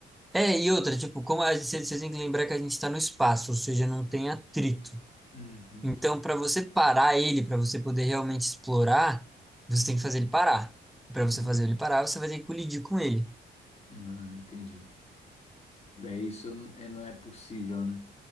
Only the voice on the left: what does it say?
Uhum.
Hum,
Sim.
Ah, entendi. Daí isso é- não é possível, né?